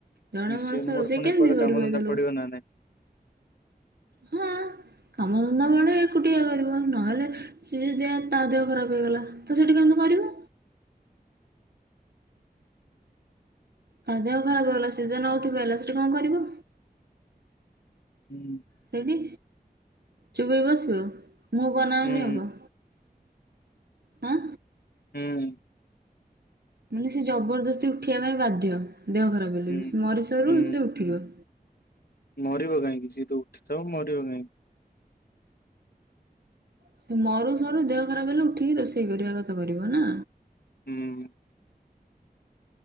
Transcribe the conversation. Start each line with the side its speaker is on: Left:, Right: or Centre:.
Right: ଜଣେ
Left: ମିଶି
Right: ମଣିଷର
Left: ମୋର
Right: ସେ
Left: ପୁଣି
Right: କେମିତି
Left: କୁଆଡେ କାମ
Right: କରିବ
Left: ଧନ୍ଦା
Right: ଏତେ
Left: ପଡିବ
Right: ଲୋକ
Left: ନା ନାଇଁ
Right: ହଁ କାମଧନ୍ଦା ବେଳେ ଏକୁଟିଆ କରିବ ନହେଲେ ସିଏ ଯଦି ତା ଦେହ ଖରାପ ହେଇଗଲା ତ ସେଠି କେମିତି କରିବ? ତା ଦେହ ଖରାପ ହେଲା ସେ <unintelligible> ଉଠି ନ ପାରିଲା ତା ହେଲେ ସେଠି କଣ କରିବ?
Left: ହୁଁ।
Right: ସେଇଠି ଚୁପୁ ହେଇକି ବସିବ, ମୁଁହ କୁ ଅନାଅନି
Left: ହୁଁ
Right: ହବ। ହଁ।
Left: ହୁଁ।
Right: ମାନେ ସେ ଜବରଦସ୍ତି ଉଠିବା ପାଇଁ ବାଧ୍ୟ ଦେହ ଖରାପ ହେଲେ
Left: ହୁଁ।
Right: ମରିସରୁ
Left: ହୁଁ
Right: ସେ ଉଠିବ।
Left: ମରିବ କାହିଁକି ସିଏ ତ ଉଠିଥିବ ମରିବ କାହିଁକି।
Right: ସେ ମରୁ ସରୁ ଦେହ ଖରାପ ହେଲେ ଉଠିକି ରୋଷେଇ କରିବା କଥା କରିବ ନା?
Left: ହୁଁ।